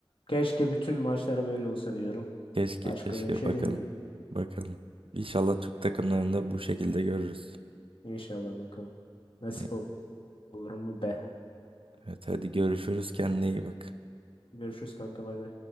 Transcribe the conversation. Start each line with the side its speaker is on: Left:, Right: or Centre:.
Left: Keşke bütün maçlar böyle olsa diyorum.
Right: Keşke
Left: Başka
Right: keşke
Left: da bir şey
Right: bakalım.
Left: demiyorum.
Right: Bakalım. İnşallah Türk takımlarında bu şekilde görürüz.
Left: İnşallah bakalım. Nasip
Right: Ne-
Left: ol- olur mu be.
Right: Evet hadi görüşürüz. Kendine iyi bak.
Left: Görüşürüz kanka bay bay.